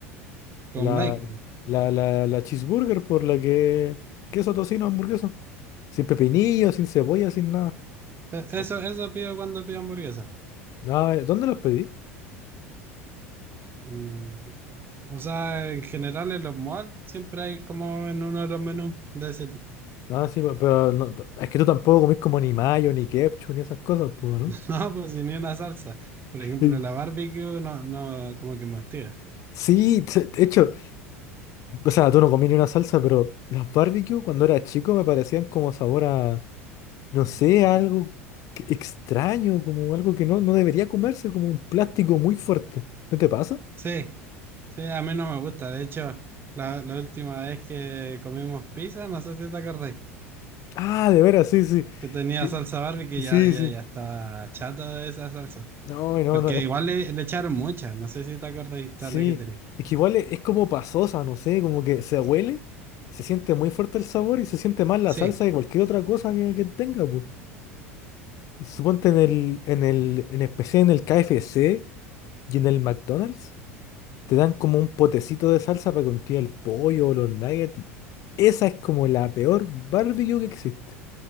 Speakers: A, on the right (about 30°); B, on the left (about 45°).
A: Con
B: La,
A: bacon.
B: la, la, la cheeseburger por la que queso tocino hamburguesa. Sin pepinillo, sin cebolla, sin nada.
A: E-
B: Oh.
A: Eso, eso pido cuando pido hamburguesa.
B: Ah, ¿dónde las pedí?
A: Mm, O sea, en general en los malls siempre hay como en uno de los menús de ese tipo.
B: Ah, sí, pe- pero no, t- es que tú tampoco comís como ni mayo, ni ketchup, ni esas cosas, pues, ¿no?
A: <laughs> No, pues sin ni una salsa. Por ejemplo,
B: Y-
A: la barbecue no, no, como que me hostiga.
B: Sí, t- de hecho, o sea, tú no comí ni una salsa, pero las barbecue cuando era chico me parecían como sabor a, no sé, a algo que- extraño, como algo que no, no debería comerse, como un plástico muy fuerte. ¿No te pasa?
A: Sí, sí, a mí no me gusta. De hecho, la, la última vez que comimos pizza, no sé si te acordás.
B: Ah, de veras, sí, sí.
A: que tenía
B: Que-
A: salsa Barbie que
B: sí,
A: ya, ya,
B: sí.
A: ya está chata de esa salsa.
B: No, no,
A: Porque
B: no, es
A: igual
B: que
A: le, le echaron mucha, no sé si te acuerdas de
B: sí.
A: la que tenía.
B: Es que igual es, es como pasosa, no sé, como que se huele, se siente muy fuerte el sabor y se siente más la
A: Sí,
B: salsa que cualquier otra cosa que, que tenga, pues. Suponte en el, en el, en especial en el KFC y en el McDonald's, te dan como un potecito de salsa para que untía el pollo o los nuggets. y Esa es como la peor barbecue que existe.